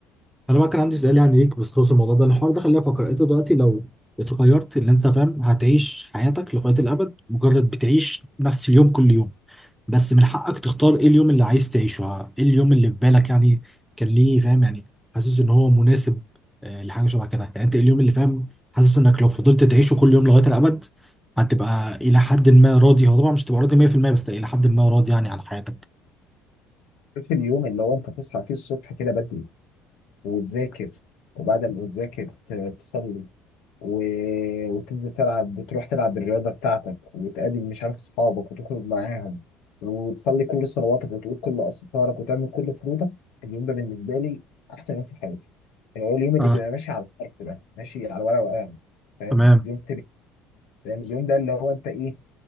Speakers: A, in the centre; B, on the left.
A: انا بقى كان عندي سؤال يعني ليك بخصوص الموضوع ده الحوار ده خلينا فكر انت دلوقتي لو اتغيرت اللي انت فاهم هتعيش حياتك لغايه الابد مجرد بتعيش نفس اليوم كل يوم بس من حقك تختار ايه اليوم اللي عايز تعيشه آه، ايه اليوم اللي في بالك يعني كان ليه فاهم يعني حاسس ان هو مناسب آه، لحاجه شبه كده يعني انت إيه اليوم اللي فاهم حاسس انك لو فضلت تعيشه كل يوم لغايه الابد هتبقى الى حد ما راضي هو طبعا مش تبقى راضي 100% بس الى حد ما راضي يعني عن حياتك
B: في اليوم اللي هو انت تصحى فيه الصبح كده بدري وتذاكر وبعد ما تذاكر ت- تصلي و... وتنزل تلعب بتروح تلعب الرياضه بتاعتك وتقابل مش عارف اصحابك وتخرج معاهم وتصلي كل صلواتك وتقول كل استغفارك وتعمل كل فروضك اليوم ده بالنسبه لي احسن يوم في حياتي يعني هو اليوم اللي
A: اه
B: بيبقى ماشي على الحرف ده ماشي على ورقه وقلم فاهم
A: تمام
B: يوم تبقى فاهم اليوم ده اللي هو انت ايه